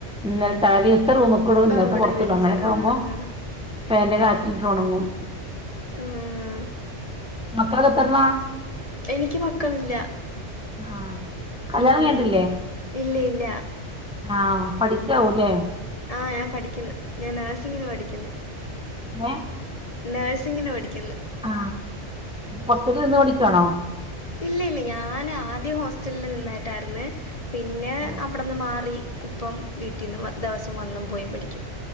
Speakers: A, in the centre; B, on the left.
A: ഇന്നലത്തെ <unintelligible> റൂമക്കിഇടും. ഇന്നത്തെ
B: ആ ഇവിടെ
A: പെറ്ത്തിടും
B: വിരിച്ച്
A: അങ്ങനെയൊക്കെ
B: ആ
A: ആവുമ്പോ
B: ആ
A: ഫാനിന്റെ കാറ്റിട്ട ഉണങ്ങും.
B: മ്
A: മക്കൾ എത്രണ്ണ
B: എനിക്ക് മക്കളില്ല
A: ആ കല്യാണം
B: ഉം
A: കയിഞ്ഞിട്ടില്ലേ
B: ഇല്ല ഇല്ല
A: ആ പഠിക്കാവൂലേ
B: ആ ഞാൻ പഠിക്കുന്നു. ഞാൻ നേഴ്സിങ്ങിന് പഠിക്ക്ന്ന്.
A: ഏ
B: നഴ്സിങ്ങിന് പഠിക്ക്ന്ന്
A: ആ ഹോസ്റ്റലിൽ നിന്ന്
B: മ്
A: പഠിക്കാണോ
B: ഇല്ല ഇല്ല ഞൻ ആദ്യ ഹോസ്റ്റലില് നിന്നിട്ടായിര്ന്ന് പിന്നെ
A: ആ
B: അവിടന്ന് മാറി ഇപ്പം വീട്ടിൽന്ന് ദിവസം വന്ന് വന്നും പോയി പഠിക്കും.